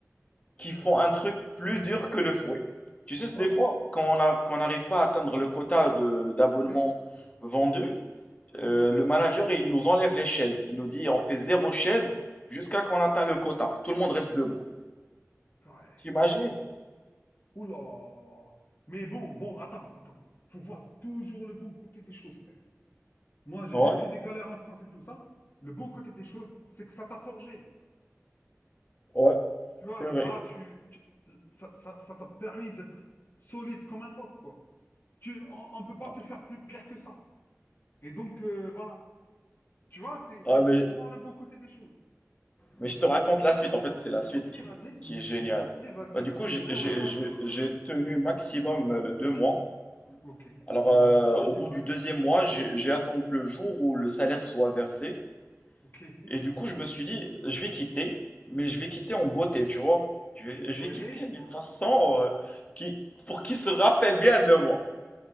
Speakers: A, on the left; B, on the left.
A: qu'ils font un truc plus dur que le fouet. Tu sais, c'est
B: Oh,
A: des
B: c'est...
A: fois, quand on a,
B: c'est-
A: quand on n'arrive pas à atteindre le quota de d'abonnements
B: Ouais,
A: vendus,
B: ouais,
A: Euh,
B: ouais.
A: le manager, il nous enlève les chaises. Il nous dit, on fait zéro chaise jusqu'à qu'on atteint le quota. Tout le monde reste debout.
B: ouais.
A: T'imagines?
B: Oula! Mais bon, bon, attends, attends. Faut voir toujours le bon côté des choses, frère. Moi, j'ai
A: Ouais,
B: vu que des galères en France et tout ça. Le bon côté des choses, c'est que ça t'a forgé.
A: ouais,
B: Tu vois,
A: c'est vrai.
B: là, tu, tu- ça, ça- ça t'a permis d'être solide comme un roc, quoi. Tu, on ne peut pas
A: Non.
B: te faire plus pire que ça. Et donc, euh, voilà. Tu vois, c'est, il faut
A: Ah, mais,
B: toujours voir le bon côté des choses.
A: mais je te raconte la suite. En fait, c'est la suite
B: Ok,
A: qui, est-
B: vas-y.
A: qui est géniale.
B: Vas-y, vas-y,
A: Bah, du
B: vas-y.
A: coup, j'ai
B: Ouais,
A: j'ai-
B: ouais, ouais.
A: j'ai- j'ai tenu maximum euh, deux mois.
B: Ok.
A: Alors, euh,
B: J'imagine,
A: au bout
B: ouais.
A: du deuxième mois, j'ai j'ai attendu le jour où le salaire soit versé.
B: Ok. <laughs>
A: Et du coup, je me suis dit, je vais quitter, mais je vais quitter en beauté, tu vois. Je vais, je
B: Oui.
A: vais quitter d'une façon euh, qui, pour qu'ils se rappelle bien de moi.